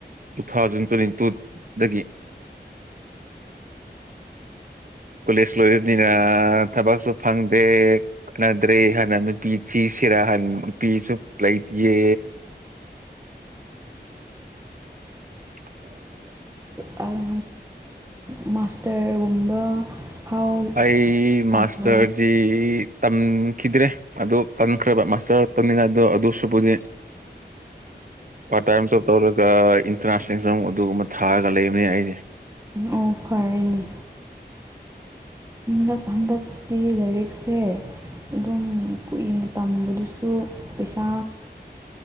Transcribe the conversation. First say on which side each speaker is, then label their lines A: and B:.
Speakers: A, on the right; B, on the right.
A: ꯇꯨ ꯊꯥꯎꯖꯟ ꯇ꯭ꯋꯦꯟꯇꯤ ꯇꯨꯠ ꯗꯒꯤ ꯀꯣꯂꯦꯖ ꯂꯣꯏꯔꯕꯅꯤꯅ ꯊꯕꯛꯁꯨ ꯐꯪꯗꯦ ꯀꯥꯟꯅꯗ꯭ꯔꯦ ꯍꯥꯟꯅ ꯅꯨꯄꯤ ꯊꯤꯁꯤꯔ ꯍꯟ ꯅꯨꯄꯤꯁꯨ ꯂꯩꯇꯤꯌꯦ <inaudible>
B: ꯑꯪ ꯃꯥꯁꯇꯔꯒꯨꯝꯕ ꯐꯥꯎ
A: ꯑꯩ
B: ꯇꯝꯕ꯭ꯔꯥ
A: ꯃꯥꯁꯇꯔꯗꯤ ꯇꯝꯈꯤꯗ꯭ꯔꯦ ꯑꯗꯨ ꯇꯟꯈ꯭ꯔꯕ ꯃꯥꯁꯇꯔ ꯇꯝꯃꯤꯉꯥꯏꯗꯣ ꯑꯗꯨꯁꯨꯕꯨꯗꯤ ꯄꯥꯔꯠ ꯇꯥꯏꯝ ꯖꯣꯕ ꯇꯧꯔꯒ ꯏꯟꯇꯔꯥꯟꯁ ꯑꯦꯛꯖꯥꯝ ꯑꯗꯨꯒꯨꯝꯕ ꯊꯥꯔꯒ ꯂꯩꯕꯅꯦ ꯑꯩꯖꯦ
B: ꯑꯣ ꯐꯔꯦꯅꯦ ꯍꯟꯗꯛ ꯍꯟꯗꯛꯁꯇꯤ ꯂꯥꯏꯔꯤꯛꯁꯦ ꯑꯗꯨꯝ ꯀꯨꯏꯅ ꯇꯝꯕꯗꯨꯁꯨ ꯄꯩꯁꯥ